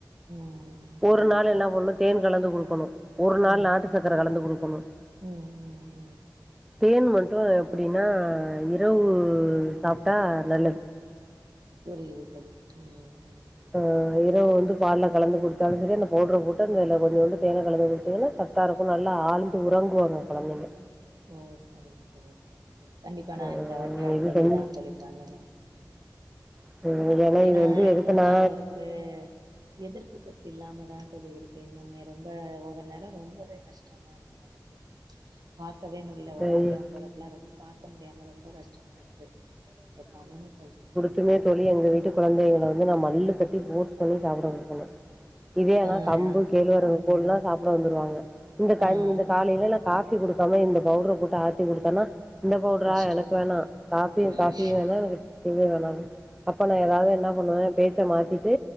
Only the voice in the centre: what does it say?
ஒரு நாள்
என்ன பண்ணு தேன் கலந்து குடுக்கணு ஒரு நாள்
நாட்டு சக்கர கலந்து குடுக்கணு
தேன் மட்டு எப்டின்னா இரவு சாப்ட்டா நல்லது
ஆ இரவு வந்து பால்ல கலந்து குடுத்தாலு சரி அந்த பவுட்ர போட்டு அந்தல கொஞ்சோண்டு தேன கலந்து குடுத்தீங்கன்னா கரெட் டா இருக்கு நல்லா ஆழ்ந்து உறங்குவாங்க கொழந்தைங்க
ம்
இது செஞ்
<unintelligible>
எதுக்குன்னா
இப்ப
உண்மையே தோழி எங்க வீட்டு குழந்தைங்கள வந்து நா மல்லுக்கட்டி ஃபோர்ஸ் பண்ணி சாப்ட வக்கணு இதே ஆனா
கம்பு கேள்வரகு கூழ்லா சாப்ட வந்துருவாங்க இந்த கஞ்
இந்த காலையில நா காஃபி குடுக்காம இந்த பவுடர போட்டு ஆத்தி குடுத்தேன்னா இந்த பவுடரா
எனக்கு வேணா காஃபியு
காஃபியு <unintelligible> எனக்கு தெளிவா வேணாணுங் அப்ப நா ஏதாவது என்ன பண்ணுவ பேச்ச மாத்திட்டு